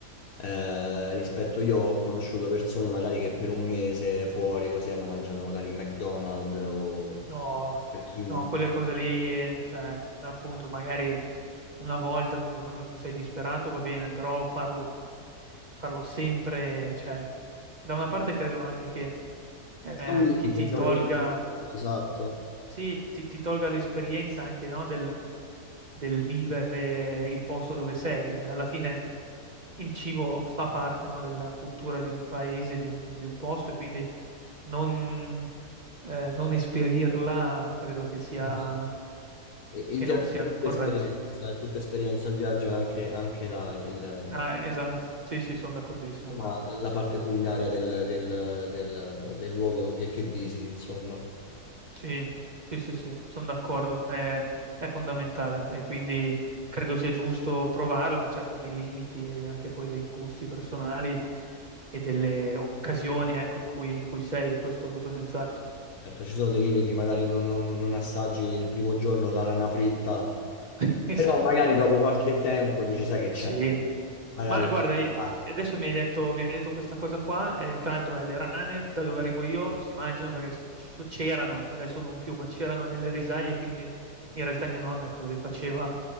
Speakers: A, on the left; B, on the right.
A: eh, rispetto io ho conosciuto persone magari che per un mese fuori così hanno mangiato magari in McDonald's o
B: No,
A: Burger King.
B: no, quelle cose lì, cioè, appunto, magari una volta proprio quando sei disperato va bene, però farlo, farlo sempre, cioè, da una parte credo anche che, eh,
A: C'è un limite,
B: che ti
A: c'è
B: tolga,
A: un limite. Esatto.
B: sì, ti, ti tolga l'esperienza anche, no, del, del vivere il posto dove sei. Alla fine il cibo fa parte, no, della cultura di un paese, di un, di un posto, e quindi non, eh, non esperirla credo che sia,
A: Esatto. E- Il
B: che
A: viaggio
B: non sia
A: è tutta
B: corretto.
A: esperienza, è tutta esperienza, il viaggio è anche, anche la, il-
B: Ah, esatto, sì, sì, sono d'accordissimo.
A: insomma, la parte culinaria del, del- del- del luogo che, che visiti, insomma.
B: Sì, sì, sì, sì, sono d'accordo, è, è fondamentale e quindi credo sia giusto provarla, certo nei limiti e anche poi dei gusti personali e delle occasioni, ecco, in cui, in cui sei, questo, questo senz'altro.
A: Certo, ci sono dei limiti, magari non, non- non assaggi il primo giorno la rana fritta,
B: <laughs> Esatto.
A: però magari dopo qualche tempo dici, sai che
B: Sì,
A: c'è. magari
B: Ma guarda, eh,
A: hai
B: adesso mi hai detto, mi hai detto questa cosa qua, eh, tra l'altro beh, le rane da dove arrivo io si mangiano perché ci so- c'erano, adesso non più, ma c'erano nelle risaie, quindi in realtà mia nonna ecco, le faceva